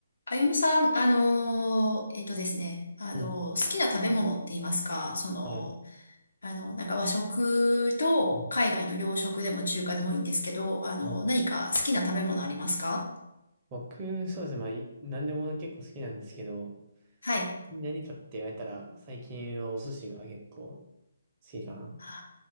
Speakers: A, on the left (about 75°); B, on the right (about 30°).
A: あゆむさん、あのーえっとですね、あのー好きな食べ物って言いますか、
B: うん、
A: その、
B: はい。
A: あの、なんか和食と海外の洋食でも中華でもいいんですけど、
B: うん
A: あの、
B: はい
A: 何か好きな食べ物ありますか
B: 僕、そうですね。まあ、い何でも結構好きなんですけど、
A: はい。
B: 何かって言われたら、最近はお寿司が結構好きかな。
A: は